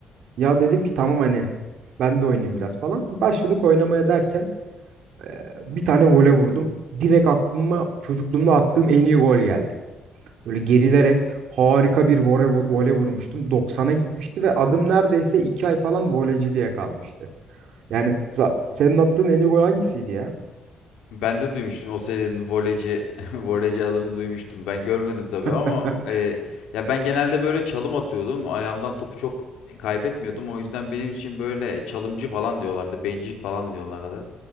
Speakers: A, on the right; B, on the left.
A: Ya dedim ki tamam hani ben de oynayayım biraz falan. Başladık oynamaya derken e, bir tane vole vurdum. Direkt aklıma çocukluğumda attığım en iyi gol geldi. Böyle gerilerek harika bir vole, vole vurmuştum. 90'a gitmişti ve adım neredeyse 2 ay falan voleci diye kalmıştı. Yani mesela senin attığın en iyi gol hangisiydi ya?
B: Ben de duymuştum o serinin voleyci <laughs> voleyci adını duymuştum. Ben görmedim tabii ama
A: <laughs>
B: e, ya ben genelde böyle çalım atıyordum. Ayağımdan topu çok kaybetmiyordum. O yüzden benim için böyle çalımcı falan diyorlardı. Bencil falan diyorlardı.